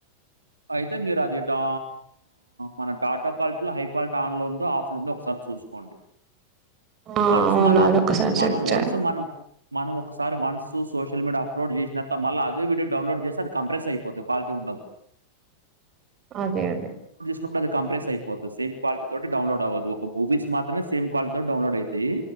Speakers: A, on the right; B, on the right.
A: అయితే మీరు అది డా మన డాటా క్వాలిటీలో హై క్వాలిటీ ఆన్ లో ఉందో ఆఫ్ లో ఉందో ఒకసారి చూసుకోండి
B: ఆ
A: వన్స్
B: అవును
A: మన
B: అదొక్కసారి
A: అప్పు
B: చెక్
A: మన వన్స్
B: చేయాలి
A: మన మనం ఒకసారి వన్స్ సోషల్ మీడియా అప్లోడ్ చేసిన తవా మళ్ళీ అదే వీడియోస్ డౌన్లోడ్ చేస్తె అది కంప్రెస్ అపోంది క్వాలిటీ ఉండదు
B: అదే అదే
A: ప్పు అది కంప్రెస్ అయిపోతు సేమ్ క్వాలిటితోడౌన్లోడ్ అవద్దు ఒక మూవీస్ మాత్రమే సేమ్ కాలిటీతో డౌన్లోడ్ అయి తది